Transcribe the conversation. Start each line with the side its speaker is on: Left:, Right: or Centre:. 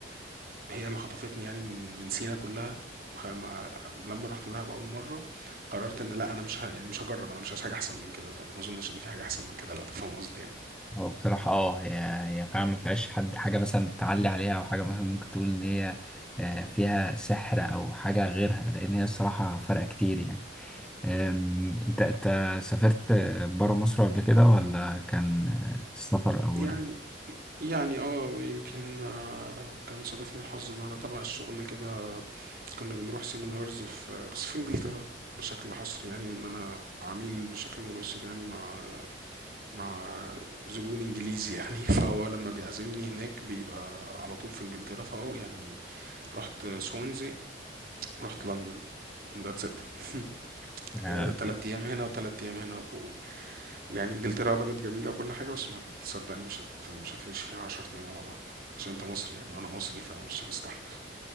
Right: هي اللي خطفتني يعني من من سينا كلها خ- ما لما رحت دهب اول مره قررت ان لا انا مش ه... يعني مش هجرب انا مش عايز حاجه احسن من كده فما اظنش ان في حاجه احسن من كده لو تفهم قصدي يعني
Centre: هو بصراحة اه هي هي فعلا ما فيهاش حد حاجة مثلا تعلي عليها أو حاجة مثلا ممكن تقول إن هي آه، فيها سحر أو حاجة غيرها لأن هي الصراحة فرق كتير يعني أم، أنت أنت سافرت برا مصر قبل كده ولا كان آه، السفر أول؟
Right: يعني يعني اه يمكن آه، كان صادفني الحظ ان انا تبع الشغل كده كنا بنروح سيمينارز في بس في انجلترا بشكل حصري يعني ان انا عميل بشكل مباشر يعني مع مع زبون انجليزي يعني <laughs> فهو لما بيعزمني هناك بيبقى على طول في انجلترا فاه يعني رحت سوانزي رحت لندن and that's it <laughs>
Centre: آه،
Right: آه، تلات ايام هنا وتلات ايام هنا و... ويعني انجلترا بلد جميلة وكل حاجة بس ما تصدقني مش هت... مش هتعيش فيها عشر ايام على بعض عشان انت مصري يعني وانا مصري فمش هنستحمل